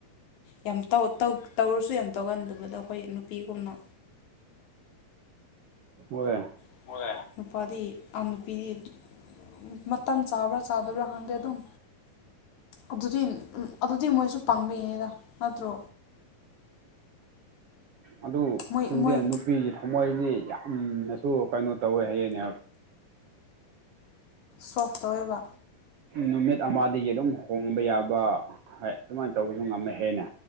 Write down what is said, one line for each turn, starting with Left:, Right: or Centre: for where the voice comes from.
Left: ꯌꯥꯝ ꯇꯧ ꯇꯧ ꯇꯧꯔꯁꯨ ꯌꯥꯝ ꯇꯧꯒꯥꯟꯗꯕꯗꯣ ꯑꯩꯈꯣꯏ ꯅꯨꯄꯤꯒꯨꯝꯅ
Right: <unintelligible>
Left: <unintelligible> ꯅꯨꯄꯥꯗꯤ ꯑꯥ ꯅꯨꯄꯤꯗꯤ ꯃꯇꯝ ꯆꯥꯕ꯭ꯔꯥ ꯆꯥꯗꯕ꯭ꯔꯥ ꯈꯪꯗꯦ ꯑꯗꯨꯝ ꯑꯗꯨꯗꯤ ꯑꯗꯨꯗꯤ ꯃꯣꯏꯁꯨ ꯄꯪꯕꯒꯤꯅꯤꯗ ꯅꯠꯇ꯭ꯔꯣ
Right: ꯑꯗꯨ
Left: ꯃꯣꯏ
Right: ꯈꯪꯗꯦ
Left: ꯃꯣꯏ
Right: ꯅꯨꯄꯤꯒꯤ ꯊꯝꯃꯣꯏꯗꯤ ꯌꯥꯝꯅꯁꯨ ꯀꯩꯅꯣ ꯇꯧꯋꯦ ꯍꯥꯏꯌꯦꯅꯦ
Left: ꯁꯣꯐ ꯇꯧꯋꯦꯕ
Right: ꯅꯨꯃꯤꯠ ꯑꯃꯗꯒꯤ ꯑꯗꯨꯝ ꯍꯣꯡꯕ ꯌꯥꯕ ꯍꯣꯏ ꯑꯗꯨꯃꯥꯏꯅ ꯇꯧꯕꯁꯨ ꯉꯝꯃꯦ ꯍꯥꯏꯌꯦꯅꯦ